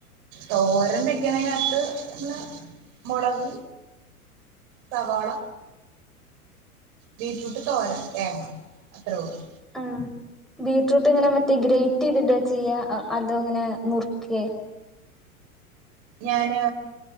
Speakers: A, on the right; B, in the centre.
A: തോരൻ വെ ക്കെണേനകത്ത് നമ്മള് മുളക്, സവാള ബീറ്റ്റൂട്ട് തോരൻ, തേങ്ങ അത്രേ ഉള്ളൂ.
B: ആഹ്. ബീടറൂട്ട് ഇങ്ങനെ മറ്റേ ഗ്രേറ്റ് ചെയ്ത്ട്ടാ ചെയ്യാ, അതോ ഇങ്ങനെ നുർക്കേ.
A: ഞാന്